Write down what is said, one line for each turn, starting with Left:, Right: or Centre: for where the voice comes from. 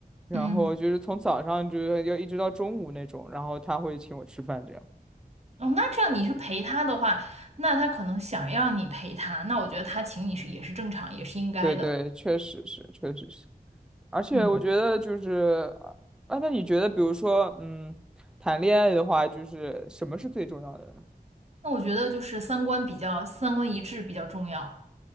Centre: 然后就是从早上就是要一直到中午那种，
Right: 嗯，
Centre: 然后他会请我吃饭这样。
Right: 哦，那这样你是陪他的话，那他可能想要你陪他，那我觉得他请你是也是正常，也是应该的。
Centre: 对对，确实是，确实是，而且我觉得就是
Right: 嗯，
Centre: 啊，那你觉得比如说嗯，谈恋爱的话，就是什么是最重要的呢？
Right: 那我觉得就是三观比较，三观一致比较重要，